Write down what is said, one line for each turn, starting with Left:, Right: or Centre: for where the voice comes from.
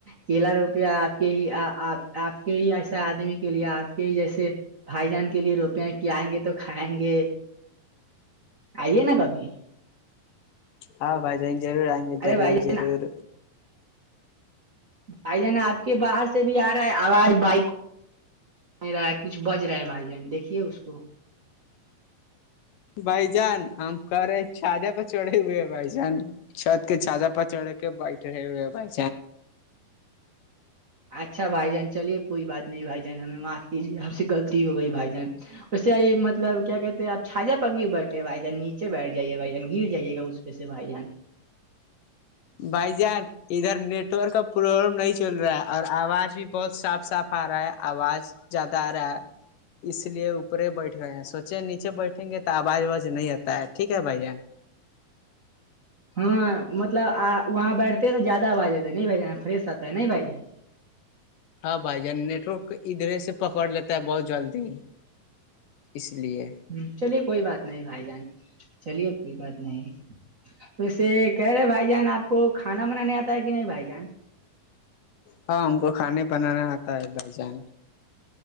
Right: کیلا روپیہ آپ کے ہی آپ کے ہی ایسے آدمی کے لیے آپ کے ہی جیسے بھائی جان کے لیے روپے ہیں کہ آئیں گے تو کھائیں گے آئیے نا کبھی
Left: ہاں بھائی جیں جضور آئیں گے
Right: ارے
Left: ضرور
Right: بھائی
Left: ضرور
Right: جان بھائی جان آپ کے باہر سے بھی آ رہا ہے آواز بائک نہیں رہا ہے کچھ بج رہا ہے بھائی جان دیکھیے اس کو
Left: بائی جان ہم کر رہے چھاادہ پ چڑائی ہوئے ہے بائی جان چھت کے چھ جا پا چڑھے کے بیٹ رہے ہوئے ہیں بھائی
Right: اچھا بھائی جان چلیے کوئی بات نہیں بھائی جان ہمیں معاف کیجیے آپ سے غلطی ہو گئی بھائی جان اس سے مطلب کیا کہتے ہیںپ چھاجا پکی بیٹھے بھائی جان نیچے بیٹھ جائیے بھائی جان گر جائیے گا پیس سے بھائی جان
Left: بائی جار ادھر نیٹ ورک کا پروبلم نہیں چل رہا ہے اور آواز بھی بہت صاف صاف آ رہا ہے آواز زیادہ آ رہا ہے اس لیے اوپر بیٹھ گئے ہیں سوچے نیچے بیٹھیں گے تو آواز وواز نہیں آتا ہے ٹھیک ہے بھائی جان
Right: ہاں مطلب آ وہاں بیٹھتے تو زیادہ نہیں بھ جان فریش رہتا نہیں بھ جان
Left: ہاں بھائی جان نیٹ ورک ادھرے سے پکڑ لیتا ہے بہت جلدی اس لیے
Right: ہ چلیے کوئی بات نہیں بھائی جان چلیے کوئی بات نہیں اسے کہہ رہے بھائی جان آپ کو کھانا بنانے آتا ہے کہ نہیں بھائی جان
Left: ہاں ہم کو کھانے بنانا آتا ہے بھائی جان